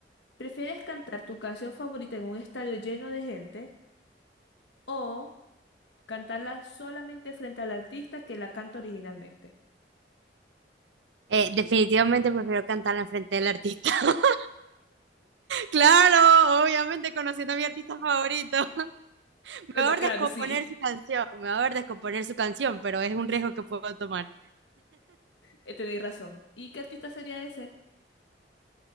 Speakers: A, on the left; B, on the right.
A: ¿Prefieres cantar tu canción favorita en un estadio lleno de gente o cantarla solamente frente al artista que la canta originalmente.
B: Eh, definitivamente prefiero cantarla enfrente del artista. <laughs> Claro, obviamente conociendo a mi artista favorito. <laughs>
A: Bueno,
B: Mejor
A: claro,
B: descomponer
A: sí,
B: su canción, mejor descomponer su canción, pero es un riesgo que puedo tomar.
A: eh, tenéis razón. ¿Y qué artista sería ese?